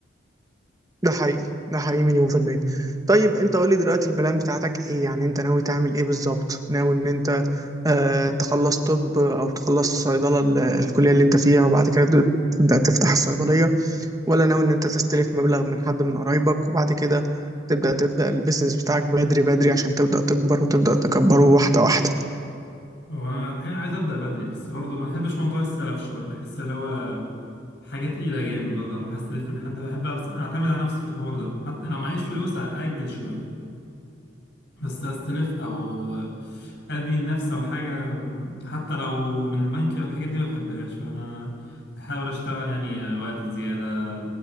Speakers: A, on the right; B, on the left.
A: ده حقيقي ده حقيقي مليون في المية طيب انت قول لي دلوقتي البلان بتاعتك ايه يعني انت ناوي تعمل ايه بالظبط ناوي ان انت آه تخلص طب او تخلص صيدلة ال- الكلية اللي انت فيها وبعد كده تبدأ تبدأ تفتح الصيدلية ولا ناوي ان انت تستلف مبلغ من حد من قرايبك وبعد كده تبدأ تبدأ البيزنس بتاعك بدري بدري عشان تبدأ تكبر وتبدأ تكبره واحدة واحدة
B: وأنا الحقيقة عايز أبدأ بدري بس برضه ما بحبش موضوع السلف شوية بحس اللي هو حاجة تقيلة جامد برضه أروح أستلف من حد بحب أبس- أعتمد على نفسي في الحوار ده حتى لو معيش فلوس أأجل شوية بس استلف او ادي النفس او حاجه حتى لو من البنك الحاجات دي ما بحبهاش فانا بحاول اشتغل يعني وقت زياده